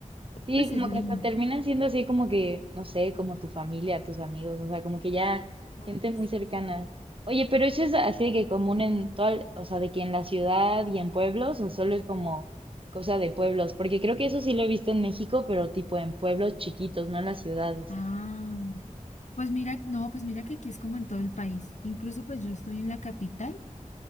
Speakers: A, on the right (about 40°); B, on the left (about 60°).
A: Sí,
B: pues
A: como
B: es linda.
A: que hasta terminan siendo así como que, no sé, como tu familia, tus amigos, o sea, como que ya
B: Ay,
A: gente muy
B: sí.
A: cercana. Oye, pero eso es así de que común en todo, o sea, de que en la ciudad y en pueblos, o solo es como cosa de pueblos, porque creo que eso sí lo he visto en México, pero tipo en pueblos chiquitos, no en las ciudades.
B: Ah, pues mira, no, pues mira que aquí es como en todo el país. Incluso pues yo estoy en la capital,